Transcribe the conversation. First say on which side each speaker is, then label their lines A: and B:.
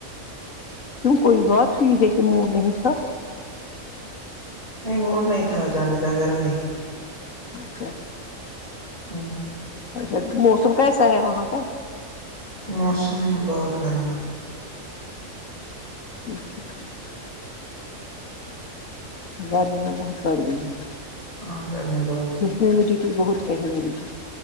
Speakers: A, on the left; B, on the left.
A: کیوں کوئی بات ہوئی ہے کی موڈ نہیں تھا
B: نہیں موڈ نہیں تھا جانے کا گھر میں ہی
A: اچھا
B: آمم
A: اچھا موسم کیسا ہے وہاں کا
B: موسم بہت گرم ہے
A: ٹھیک ہے گرمیاں بہت بڑھ گئ ہیں
B: ہاں گرمی بہت ہے
A: ہییومڈیٹی بہت ہے ہیومڈیٹی